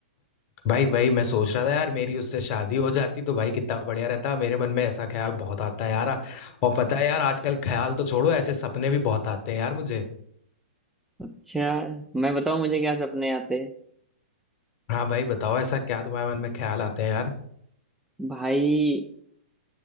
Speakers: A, on the left (about 35°); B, in the centre.
A: भाई भाई मैं सोच रहा था यार मेरी उससे शादी हो जाती तो भाई कितना बढ़िया रहता मेरे मन में ऐसा ख्याल बहुत आता है यार और पता है यार आजकल ख्याल तो छोड़ो ऐसे सपने भी बहुत आते हैं यार मुझे
B: अच्छा मैं बताऊं मुझे क्या सपने आते हैं
A: हाँ भाई बताओ ऐसा क्या तुम्हारे मन में ख्याल आते हैं यार
B: भाई